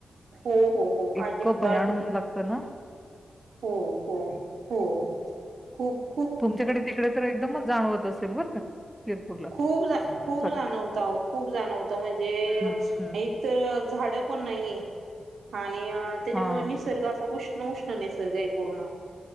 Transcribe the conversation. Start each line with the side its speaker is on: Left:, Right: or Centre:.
Right: हो हो हो
Centre: इतकं
Right: आजीबात
Centre: भयान ऊन लागतं ना
Right: हो हो हो. खुप.
Centre: तुमच्याकडे तिकडे तर एकदमच जाणवत असेल बर का. शिरपूरला
Right: खूप खूप
Centre: सॉरी
Right: जाणवत खूप जाणवत म्हणजे
Centre: हम्म हम्म
Right: एक तर झाड. <unintelligible> नाहीये हा. आणि त्याच्यामुळे
Centre: हा
Right: निसर्ग असा उ उष्ण नाही सर काय पूर्ण.